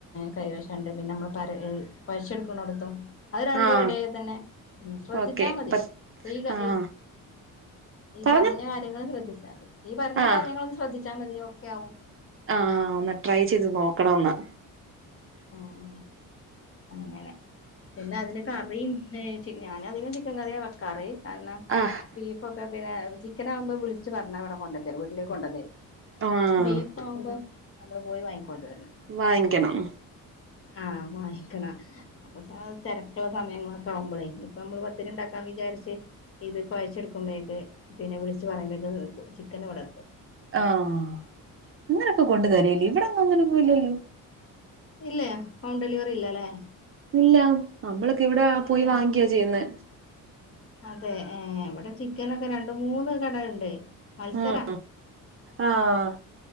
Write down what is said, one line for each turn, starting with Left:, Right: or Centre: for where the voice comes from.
Left: കൈവശണ്ട് പിന്നെ നമ്മള് പര കൊയ്ചെട്ക്ക്ണോട്ത്തും അത് രണ്ടും
Right: ആഹ്
Left: റഡ്യായ തന്നെ ഉം ശ്രദ്ധിച്ച്
Right: ഓക്കെ
Left: ച്ചാ മതി
Right: പത്ത്
Left: പ്പം
Right: ആഹ്
Left: ഇ ഈ
Right: പറഞ്ഞോ
Left: പറഞ്ഞ കാര്യങ്ങൾ ശ്രദ്ധിച്ചാ മതി ഈ പറഞ്ഞ
Right: ആഹ്
Left: കാര്യങ്ങളൊന്ന് ശ്രദ്ധിച്ചാ മതി ഓക്കെ ആവും
Right: ആഹ് ഒന്ന് ട്രൈ ചെയ്ത് നോക്കണം ഒന്ന്
Left: ഉം അങ്ങനെ പിന്നെ അതിന് കറിം ഏഹ് ഞാനധികം ചിക്കൻ കറിയാ വെക്കാറ് കാരണം
Right: ആഹ്
Left: ബീഫൊ ഇപ്പ പിന്നെ ചിക്കൻ ആകുമ്പോ വിളിച്ച് പറഞ്ഞ വടെ കൊണ്ടത്തരും വീട്ടിലേക്ക് കൊണ്ടത്തരും
Right: ആഹ്
Left: ബീഫ് ആവുമ്പം ഞമ്മള് പോയി വാങ്ങിക്കൊണ്ട് വരണം
Right: വാങ്ങിയ്ക്കണം
Left: ആഹ വാങ്ങിക്ക്ണ അപ്പൊ സാ തെരക്ക്ള്ള സമയങ്ങളൊക്കെ ആവുമ്പോളേ ഇപ്പം ഞമ്മള് പത്തിരി ഉണ്ടാക്കാൻ വിചാരിച്ച് ഇത് കൊയച്ചെടുക്കുമ്പേക്ക് പിന്നെ വിളിച്ച് പറയുമ്പേക്ക് ചിക്കന് ഇവടെത്തും
Right: ആഹ അങ്ങനൊക്കെ കൊണ്ട തരൊ ഇനി ഇവടൊന്നും അങ്ങനെ ഇല്ലല്ലൊ
Left: ഇല്ലേ ഹോം ഡെലിവറി ഇല്ലല്ലേ
Right: ഇല്ലാ നമ്മളൊക്കെ ഇവിടെ
Left: ഏഹ്
Right: പോയി വാങ്ങിയ്ക്കാ ചെയ്യുന്നെ
Left: അതെ ഏ ഇവടെ ചിക്കനൊക്കെ രണ്ട് മൂന്ന് കടണ്ടെ മത്സര
Right: ഉം ആഹ്